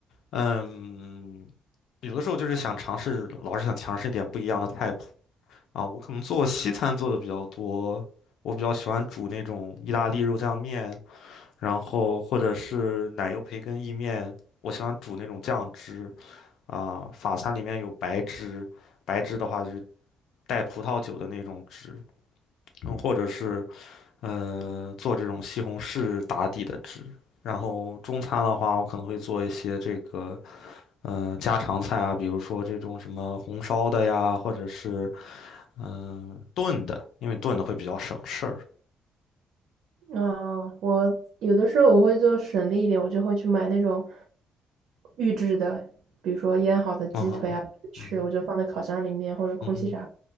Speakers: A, on the left; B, on the right.
A: 嗯，有的时候就是想尝试，老是想尝试一点不一样的菜谱啊。我可能做西餐做的比较多，我比较喜欢煮那种意大利肉酱面，然后或者是奶油培根意面，我喜欢煮那种酱汁啊。法餐里面有白汁，白汁的话就是带葡萄酒的那种汁，嗯，或者是。呃，做这种西红柿打底的汁。然后中餐的话，我可能会做一些这个呃家常菜啊，比如说这种什么红烧的呀，或者是嗯、呃炖的，因为炖的会比较省事儿。
B: 啊，我有的时候我会做省力一点，我就会去买那种预制的，比如说腌好的鸡腿啊，
A: 嗯哼，
B: 吃，
A: 嗯哼，
B: 我就放在烤箱里面或者空气炸
A: 嗯哼，